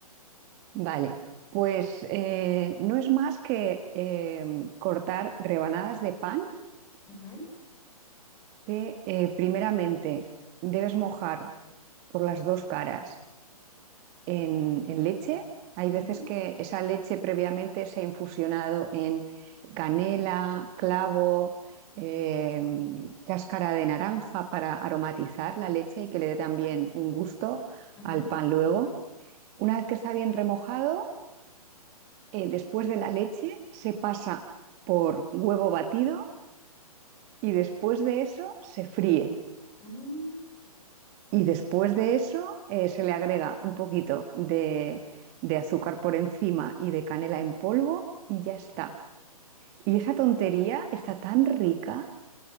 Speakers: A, on the right (about 30°); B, on the left (about 15°).
A: Vale, pues eh, no es más que eh, cortar rebanadas de pan
B: Ujú,
A: que eh, primeramente debes mojar por las dos caras en, en leche. Hay
B: ujú,
A: veces que esa leche previamente se ha infusionado en canela, clavo, eh, cáscara de naranja para aromatizar la leche y que le dé también un gusto
B: ujú,
A: al pan luego. Una vez que está bien remojado, eh, después de la leche se pasa por huevo batido y después de eso se fríe.
B: ujú.
A: Y después de eso eh, se le agrega un poquito de, de azúcar por encima y de canela en polvo y ya está. Y esa tontería está tan rica,